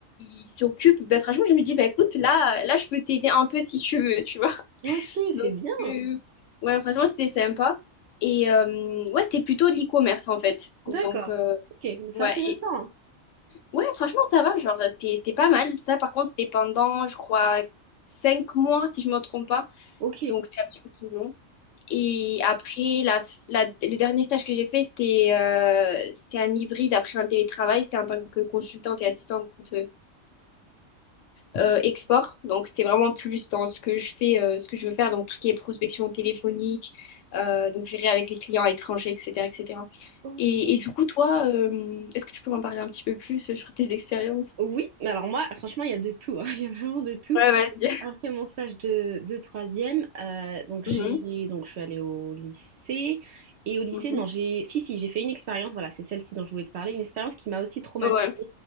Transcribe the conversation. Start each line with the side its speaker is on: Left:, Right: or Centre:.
Left: il s'occupe. Ben, franchement, je me dis, ben, écoute, là, là, je peux t'aider un peu si tu veux, tu vois.
Right: Ok,
Left: Donc,
Right: c'est bien.
Left: euh, ouais, franchement, c'était sympa. Et euh, ouais, c'était plutôt de l'e-commerce en fait.
Right: D'accord.
Left: Donc, euh,
Right: Ok, c'est
Left: ouais,
Right: intéressant.
Left: et- ouais, franchement, ça va. Genre, c'était, c'était pas mal. Ça, par contre, c'était pendant, je crois, cinq mois, si je me trompe pas.
Right: Ok.
Left: Donc, c'était un petit peu plus long. Et après, la, la- le dernier stage que j'ai fait, c'était euh, c'était un hybride après un télétravail. C'était en tant que consultante et assistante euh, euh, export. Donc, c'était vraiment plus dans ce que je fais, euh, ce que je veux faire, donc tout ce qui est prospection téléphonique, euh, donc gérer avec les clients étrangers, etc., etc. Et, cetera.
Right: Ok.
Left: et et du coup, toi, euh, est-ce que tu peux m'en parler un petit peu plus euh, sur tes expériences?
Right: Oui, mais alors moi, franchement, il y a de tout. hein. <laughs> Il y a vraiment de tout.
Left: Ouais, vas-y.
Right: Après mon stage de, de troisième, euh, donc j'ai
Left: Mhm,
Right: donc je suis allée au lycée et au lycée
Left: mhm.
Right: non j'ai si si j'ai fait une expérience voilà c'est celle-ci dont je voulais te parler une expérience qui m'a aussi traumatisée
Left: Ouais.